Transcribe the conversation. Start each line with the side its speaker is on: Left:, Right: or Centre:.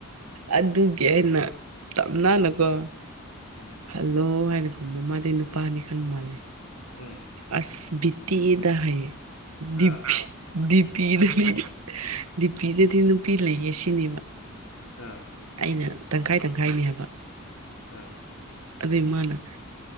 Right: ꯑꯗꯨꯒꯤ ꯑꯩꯅ꯫ ꯅꯥꯅꯀꯣ꯫
Left: ꯎꯝ꯫
Right: ꯍꯜꯂꯣ ꯍꯥꯏꯅ ꯈꯨꯝꯕ ꯃꯥꯗꯤ ꯅꯨꯄꯥꯅꯤ ꯈꯟꯕ ꯃꯥꯜꯂꯦ꯫
Left: ꯎꯝ꯫
Right: ꯑꯁ ꯕꯤꯠ ꯇꯦꯛꯏꯗ ꯍꯥꯏꯌꯦ
Left: ꯑꯥ
Right: ꯗꯤꯄꯤ ꯗꯤꯄꯤꯗꯨꯅꯦ eidi ꯗꯤꯄꯤꯗꯗꯤ ꯅꯨꯄꯤ ꯂꯩꯌꯦ ꯁꯤꯅꯦꯕ꯫
Left: ꯑꯥ꯫
Right: ꯑꯩꯅ ꯇꯪꯈꯥꯏ ꯇꯪꯈꯥꯏꯅꯦ ꯍꯥꯏꯕ꯫
Left: ꯑꯥ꯫
Right: ꯑꯗꯨꯏ ꯃꯥꯅ